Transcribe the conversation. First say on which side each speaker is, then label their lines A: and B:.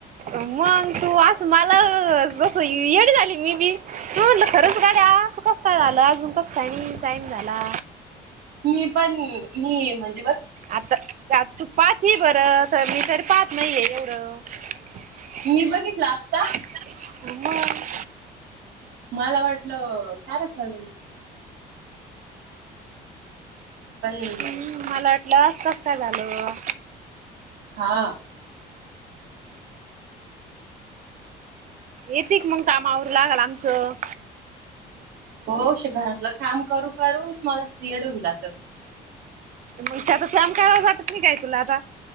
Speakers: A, on the right; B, on the right.
A: मग तू असं मला जसं येडी झाली मी बी. मी म्हणलं खरंच गड्या असं कसं काय झालं, अजून कसं काय नाय टाईम झाला.
B: मी पण मी म्हण
A: आता तू पाहतीये बरं मी तर एवढं पाहत नाही <unintelligible>
B: मी बघितल आत्ता.
A: मग
B: मला वाटलं झालं <unintelligible> पण
A: हम्म मला वाटल असं कसं काय झालं.
B: हा.
A: येते का मग काम आवरु लागाल आमचं?
B: होश घरातलं काम करू करूच मला सिओडविलात <unintelligible>
A: मग त्याच काम करावंस वाटत नाही का तुला आता?